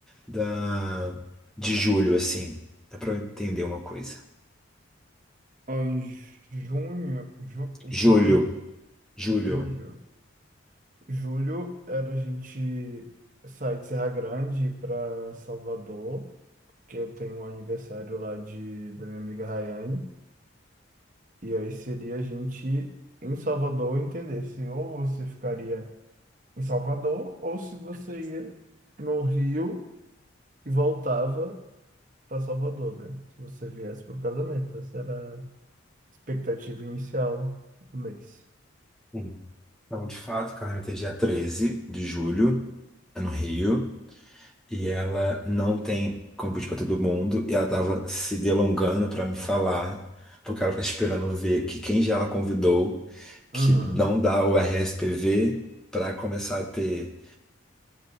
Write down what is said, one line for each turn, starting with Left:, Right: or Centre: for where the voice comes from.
Centre: da de julho, assim? É para eu entender uma coisa.
Right: Ó, em junho, ju,
Centre: Julho,
Right: junho,
Centre: julho.
Right: julho. Julho era a gente sair de Serra Grande para Salvador, que eu tenho um aniversário lá de, da minha amiga Rayane. E aí seria a gente em Salvador entender se ou você ficaria em Salvador ou se você ia no Rio e voltava para Salvador, né? Se você viesse para o casamento, essa era a expectativa inicial do mês.
Centre: Sim. Então, de fato, o carnaval é dia 13 de julho, é no Rio. e ela não tem convite para todo mundo e ela tava se delongando para me falar, porque ela tá esperando ver que quem já ela convidou que
Right: Aham.
Centre: não dá o RSPV para começar a ter